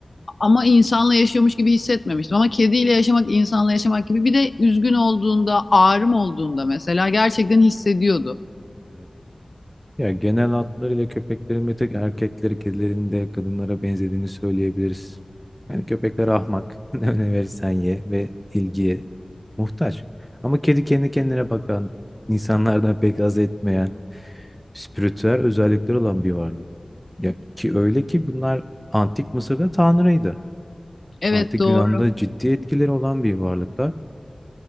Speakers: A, on the left; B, in the centre.
A: ama insanla yaşıyormuş gibi hissetmemiştim. Ama kediyle yaşamak insanla yaşamak gibi bir de üzgün olduğunda, ağrım olduğunda mesela gerçekten hissediyordu.
B: Evet. Ya genel hatlarıyla köpeklerin bir tek erkekleri kedilerin de kadınlara benzediğini söyleyebiliriz. Yani köpekler ahmak. <laughs> Ne verirsen ye ve ilgiye Muhtaç. Ama kedi kendi kendine bakan, insanlardan pek haz etmeyen, spiritüel özellikleri olan bir varlık. Ya ki öyle ki bunlar antik Mısır'da tanrıydı.
A: Evet
B: Antik
A: doğru.
B: Yunan'da ciddi etkileri olan bir varlıklar.